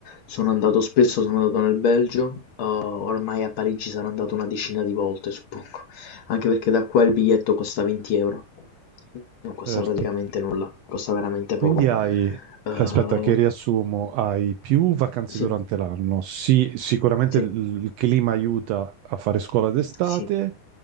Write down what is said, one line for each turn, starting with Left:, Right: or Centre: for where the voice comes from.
Left: sono andato spesso, sono andato nel Belgio, eh, ormai a Parigi sarò andato una decina di volte, suppongo, anche perché da qua il biglietto costa 20 euro, non costa
Right: Certo.
Left: praticamente nulla, costa veramente
Right: Quindi
Left: poco.
Right: hai,
Left: Eh,
Right: aspetta che riassumo, hai più vacanze
Left: sì,
Right: durante l'anno. Sì, sicuramente
Left: sì,
Right: il il clima aiuta a fare scuola d'estate,
Left: sì,